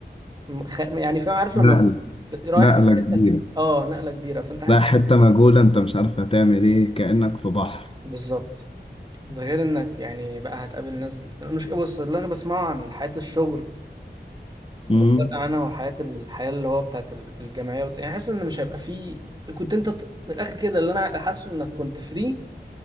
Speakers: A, on the right; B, on the left.
A: م- خ... يعني فاهم عارف
B: نقله
A: لما تبقى ب- رايح
B: نقله
A: من حته
B: كبيره
A: اه نقله كبيره فانت حاسس
B: لا حته
A: إنك-
B: مجهوله انت مش عارف هتعمل ايه كانك في بحر
A: بالظبط ده غير انك يعني بقى هتقابل ناس ج- مش بص اللي انا بسمعه عن حياه الشغل
B: امم
A: او فرق عنها وحياه الحياه اللي هو بتاعت ال- الجامعيه وت... يعني حاسس ان مش هيبقى فيه كنت انت ط- من الاخر كده اللي انا حاسه انك كنت فري